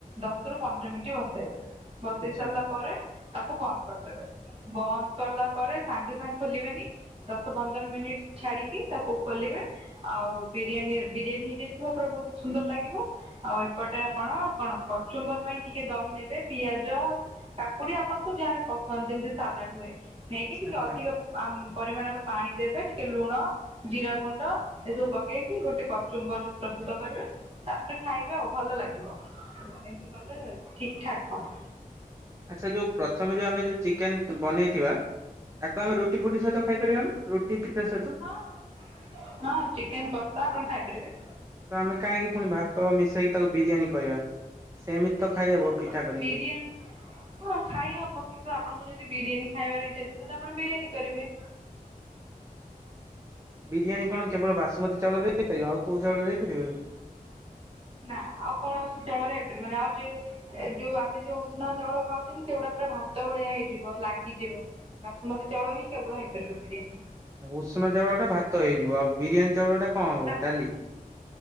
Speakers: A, on the right (about 40°); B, on the right (about 20°).
A: ଦଶ ରୁ ପନ୍ଦର ମିନିଟ ବସେଇବେ। ବସେଇ
B: ଆଚ୍ଛା
A: ସାରିଲା ପରେ ତାକୁ ବନ୍ଦ କର୍ ଦେବେ ବନ୍ଦ କଲା ପରେ ସାଙ୍ଗେ ସାଙ୍ଗେ ଖୋଲିବେନି ଦଶ ପନ୍ଦର ମିନିଟ୍ ଛାଡ଼ିକି ତାକୁ ଖୋଲିବେ ଆଉ ବିରିୟାନୀ ବିରିୟାନୀ ହେଇଯାଇଥିବ ପୁରା ବହୁତ୍ ସୁନ୍ଦର ଲାଗିବ ଆଉ ଏପଟେ ଆପଣ କଣ କଚୁମ୍ବର୍ ପାଇଁ ଟିକେ ଦହି ନେବେ ପିଆଜ କାକୁଡି ଆପଣଙ୍କୁ ଯାହା ବି ପସନ୍ଦ ଯେମ୍ ତି ସାଲାଡ ହୁଏ। ନେଇକି ଟିକେ
B: ଆଚ୍ଛା
A: ଅଧିକ ଆମ୍ ପରିମାଣର ପାଣି ଦେବେ ଟିକେ ଲୁଣ ଜିରା ଗୁଣ୍ଡ ଏସବୁ କ ରିକି ଗୋଟେ କଚୁମ୍ବର୍ ପ୍ରସ୍ତୁତ କରିବେ ତାପରେ ଖାଇବେ ଆଉ ଭଲ ଲାଗିବ। ଏମିତି କଲେ ଠିକ୍ ଠାକ୍ ହବ।
B: ଆଚ୍ଛା ଯୋଉ ପ୍ରଥମେ ଯୋଉ ଆମେ ଯୋଉ ଚିକେନ୍ ବନେଇଥିବା ତାକୁ ଆମେ ରୁ ଟି ଫୁଟି ସହିତ ଖାଇପାରିବା ନା ରୁଟି ପିତା ସହିତ?
A: ହଁ ହଁ ଚିକେନ୍ କଷା ଆପଣ ଖାଇପାରିବେ।
B: ତ ଆମେ କାଇଁକି ପୁଣି ଭାତ ମିଶେଇକି ତାକୁ ବିରିୟାନୀ କହିବା ସେମିତି ତ ଖାଇହବ। ପିଠା
A: ଅଣ
B: କରିକି
A: ବିରିୟାନୀ ହଁ ଖାଇ ହବ କିନ୍ତୁ ଆପଣଙ୍କୁ ଯଦି ବିରିୟାନୀ ଖାଇବାର ଇଛା ଅଛି ତାହେଲେ ଆପଣ ବିରିୟାନୀ କରିବେ।
B: ବିରିୟାନୀ କଣ କେବଳ ବାସୁମତୀ ଚାଉଳରେ ହେଇପାରିବ ଆଉ କୋଉ ଚାଉଳରେ ହେଇପାରିବନି?
A: ନା ଆଉ କୌଣସି ଚାଉଳରେ ହେଇପାରିବନି ଆଉ ଯେ ଏଯୋଉ ଆମେ ଯୋଉ ଉଷୁନା ଚାଉଳ ଖାଉଚନ୍ ସେଗୁଡାକ ପୁରା ଭାତ ଭଳିଆ ହେଇଯିବ ଲାଗିଯିବ। ବାସୁମତି ଚାଉଳ ହିଁ କେବଳ ହେଇପାରିବ ବିରିୟାନୀ।
B: ଉଷୁନା ଚାଉଳ ଟା ଭାତ ହେଇଯିବ ଆଉ ବିରିୟାନୀ ଚାଉଳ ଟା କଁ ହବ
A: ପୁରା
B: ଡାଲି?